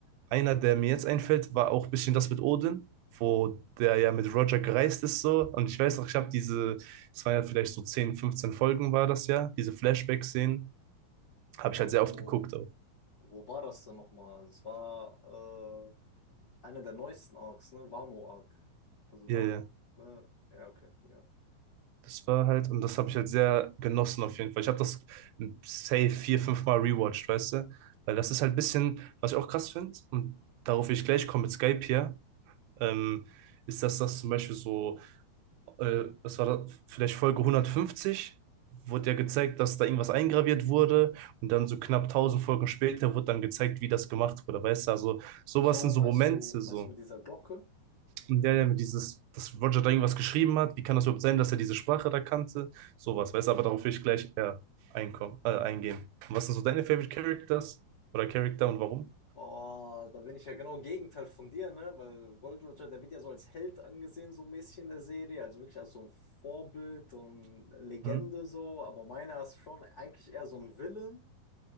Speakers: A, on the right (about 85°); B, on the left (about 40°).
A: einer, der mir jetzt einfällt, war auch ein bisschen das mit Odin, wo der ja mit Roger gereist ist so. Und ich weiß noch, ich habe diese, das waren ja vielleicht so 10, 15 Folgen war das ja, diese Flashback-Szenen, habe
B: Aber
A: ich halt sehr
B: wo,
A: oft geguckt auch.
B: wo war das denn nochmal? Das war äh, einer der neuesten Arcs, ne? Wano-Arc. Also
A: Ja,
B: da,
A: ja.
B: ne? Ja, okay, ja.
A: Das war halt, und das habe ich halt sehr genossen auf jeden Fall. Ich habe das safe vier, fünf Mal rewatcht, weißt du? Weil
B: Hm.
A: das ist halt ein bisschen, was ich auch krass finde, und darauf will ich gleich kommen mit Skype hier, ähm, ist, dass das zum Beispiel so äh, was war das, vielleicht Folge hundertfünfzig, wurde ja gezeigt, dass da irgendwas eingraviert wurde und dann so knapp tausend Folgen später wurde dann gezeigt, wie das gemacht wurde, weißt du, also sowas
B: Ach so,
A: sind so
B: meinst
A: Momente,
B: du,
A: so,
B: meinst du mit dieser Glocke?
A: in der er dieses, dass Roger da irgendwas geschrieben hat, wie kann das überhaupt sein, dass er diese Sprache da kannte, sowas, weißt du, aber darauf will ich gleich eher einkommen, äh, eingehen. Und was sind so deine Favorite Characters oder Charakter und warum?
B: Boah, da bin ich ja genau Gegenteil von dir, ne? Weil Gold Roger, der wird ja so als Held angesehen, so mäßig in der Serie, also wirklich als so ein Vorbild und Legende
A: Hm?
B: so, aber meiner ist schon eigentlich eher so ein Villain,